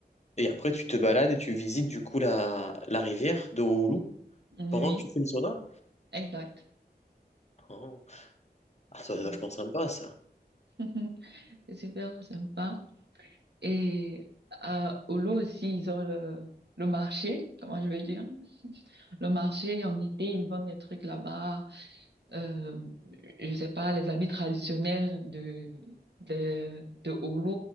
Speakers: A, on the left; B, on the right.
A: Et après, tu te balades et tu visites du coup la, la rivière de Oulu
B: Oui,
A: pendant
B: oui,
A: que tu fais le sauna?
B: exact.
A: Oh. Ah, ça doit
B: Ouais.
A: être vachement sympa, ça.
B: <laughs> C'est super sympa. Et à Oulu aussi, ils ont le, le marché, comment je vais dire. Le marché, en été, ils vendent des trucs là-bas. Euh, je sais pas, les habits traditionnels de, de, de Oulu